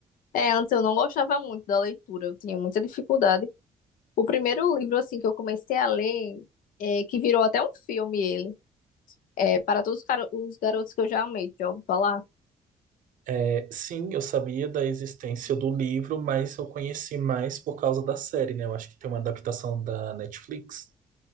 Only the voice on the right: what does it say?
É, sim, eu sabia da existência do livro, mas eu conheci mais por causa da série, né? Eu acho que tem uma adaptação da Netflix.